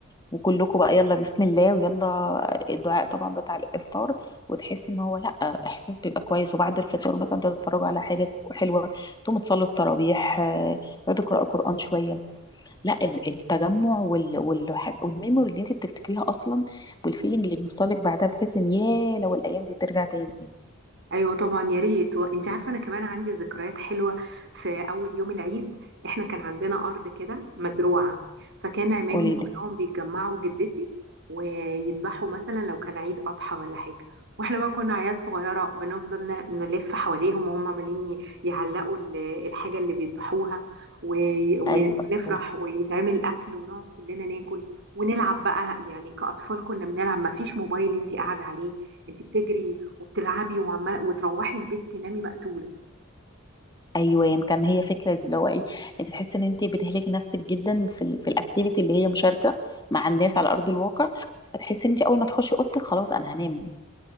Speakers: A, on the left; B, on the right.
A: وكلكم بقى يلا بسم الله ويلا الدعاء طبعا بتاع الافطار وتحسي ان هو لا احساس بيبقى كويس وبعد الفطار مثلا تتفرجوا على حاجه حلوه تقوموا تصلوا التراويح آه، تقعدوا تقراوا قران شويه لا ال- التجمع وال وال والميموري اللي انت بتفتكريها اصلا والفيلينج اللي بيوصلك بعدها بتحسي ان ياه لو الايام دي ترجع تاني
B: ايوه طبعا يا ريت وانت عارفه انا كمان عندي ذكريات حلوه في اول يوم العيد احنا كان عندنا ارض كده مزروعه فكان عمامي
A: قولي
B: كلهم
A: لي
B: بيتجمعوا جدتي ويذبحوا مثلا لو كان عيد اضحى ولا حاجه واحنا بقى كنا عيال صغيره بنفضل ن- نلف حواليهم وهم عمالين ي- يعلقوا ال- الحاجه اللي بيذبحوها و- و-
A: ايوه
B: ونفرح ويتعمل اكل ونقعد كلنا ناكل ونلعب بقى يعني كأطفال كنا بنلعب ما فيش موبايل انت قاعدة عليه انت بتجري وبتلعبي وعمال وتروحي البيت تنامي مقتولة
A: ايوه يعني كان هي فكره دي اللي هو ايه انت تحسي ان انت بتهلكي نفسك جدا في ال... في الاكتيفيتي اللي هي مشاركه مع الناس على ارض الواقع فتحسي ان انت اول ما تخشي اوضتك خلاص انا هنام